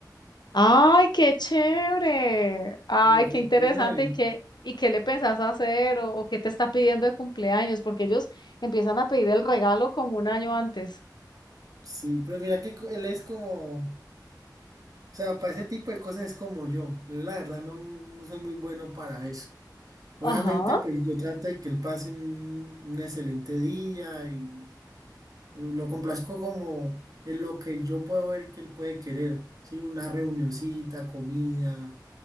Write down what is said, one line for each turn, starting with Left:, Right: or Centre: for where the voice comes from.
Left: Ay, qué chévere. Ay,
Right: y ya cumple
Left: qué interesante.
Right: nueve.
Left: ¿Y qué, y qué le pensás hacer o, o qué te está pidiendo de cumpleaños? Porque ellos empiezan a pedir el regalo como un año antes.
Right: Sí, pues mira que co- él es como O sea, para ese tipo de cosas es como yo. Yo la verdad no, no soy muy bueno para eso. Obviamente,
Left: Ajá.
Right: pues yo trato de que él pase un, un excelente día y lo complazco como en lo que yo puedo ver que él puede querer. Sí, una reunioncita, comida,